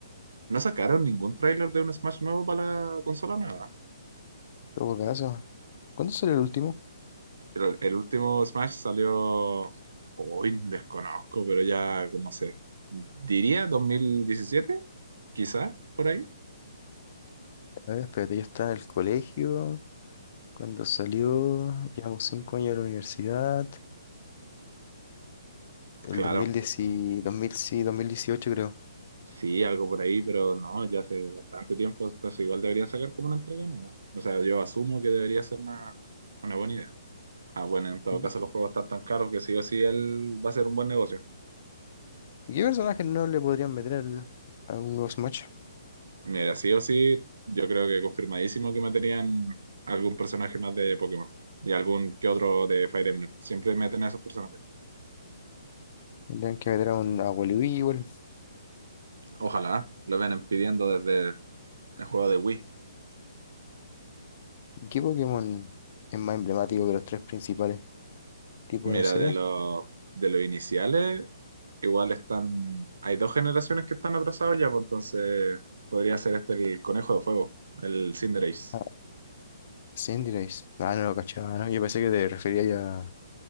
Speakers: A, on the right (about 75°); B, on the left (about 50°).
A: No sacaron ningún tráiler de un Smash nuevo para la consola nueva,
B: Todo caso. ¿Cuándo salió el último?
A: pero el- el último Smash salió, hoy desconozco, pero ya no sé, diría 2017, quizá, por ahí.
B: A ver, espérate, yo estaba en el colegio cuando salió, llevamos cinco años a la universidad, el
A: Claro,
B: dos mil diez, dos mil sí, 2018 creo.
A: Sí, algo por ahí, pero no, ya hace bastante tiempo, entonces igual debería sacar como una entrega nueva. O sea, yo asumo que debería ser una, una buena idea. Ah, bueno, en todo
B: ¿Y qué,
A: caso los juegos están tan caros que sí o sí él va a ser un buen negocio.
B: y qué personaje no le podrían meter al- a un nuevo Smash?
A: Mira, sí o sí, yo creo que confirmadísimo que meterían algún personaje más de Pokémon y algún que otro de Fire Emblem. Siempre meten a esos personajes.
B: Tendrían que meter a un a Wily igual,
A: Ojalá, lo vienen pidiendo desde el juego de Wii.
B: ¿Y qué Pokémon es más emblemático que los tres principales? Tipo,
A: Mira,
B: no sé,
A: de los de los iniciales, Igual están. Hay dos generaciones que están atrasados ya, pues entonces podría ser este el conejo de fuego, el Cinderace.
B: a Cinderace. Ah, no lo cachaba, ¿no? Yo pensé que te refería ya...